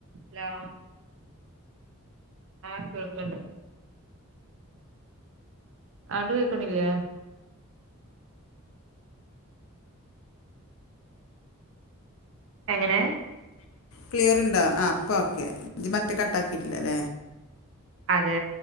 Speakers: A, on the right (about 60°); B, on the left (about 65°).
A: Hello ആഹ് കേൾക്ക്ണ്ട് ആണ്ട് കേക്കണില്ലേ എങ്ങനെ
B: ക്ലിയർ ഉണ്ടോ ആ ഇപ്പൊ ഓക്കെ ഇജ് പറ്റേ കട്ട് ആക്കിട്ടില്ലല്ലേ
A: അതെ